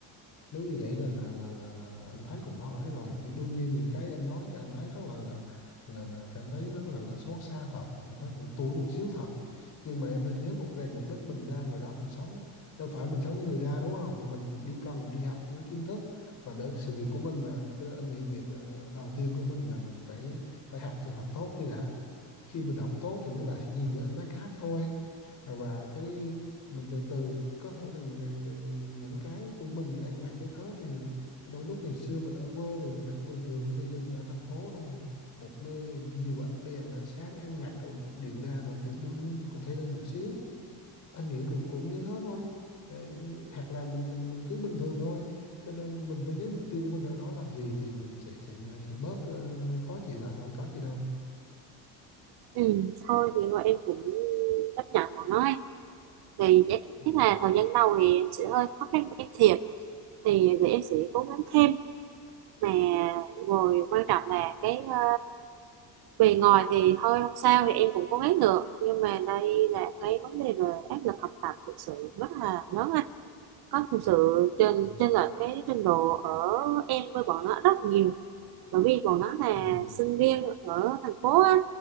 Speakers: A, on the left; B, on the right.
A: Nếu như vậy là là là là là, là anh thấy cũng hơi ấy rồi thì đương nhiên những cái em nói thì anh thấy rất là là là, là cảm thấy rất là là xót xa thật cũng thấy cũng tủi một xíu thật nhưng mà em nên nhớ một rằng mục đích mình ra ngoài đó mình sống đâu phải mình sống cho người ta đúng không mình đi cần đi học với kiến thức và để sự nghiệp của mình mà cho nên anh nghĩ việc ờ, đầu tiên của mình là mình phải phải học thật thật tốt đi đã khi mình học tốt thì mấy bà sẽ nhìn với ánh mắt khác thôi và, và cái mình từ từ có thể là, là, là, là những cái của mình ăn mặc cái thế thì đôi lúc ngày xưa mình ở quê thì mình mặc cái bình thường nhưng bây giờ mình ở thành phố rồi một nơi nhiều ánh đèn ánh sáng ăn mặc rồi điệu đà rồi thì đôi lúc mình cũng thay lên một xíu anh nghĩ cũng cũng như thế thôi Ê, hoặc là mình mình mình cứ bình thường thôi cho nên mình phải nhớ mục tiêu của mình ra đó làm gì thì mình sẽ sẽ sẽ bớt ờ, khó chịu lại thôi có gì đâu
B: ừ, thôi thì thôi em cũng chấp nhận bọn nó ấy. thì chắc
A: ừ.
B: chắc là thời gian đầu thì em sẽ hơi khó khăn với cái thiệp thì để em sẽ cố gắng thêm mà rồi quan trọng là cái ờ, bề ngoài thì thôi không sao thì em cũng cố gắng được nhưng mà đây là cái vấn đề về áp lực học tập thực sự rất là lớn có thực sự trên
A: Ừ.
B: trên là cái trình độ ở em với bọn nó rất nhiều bởi vì bọn nó là
A: ừ
B: sinh viên ở thành phố á,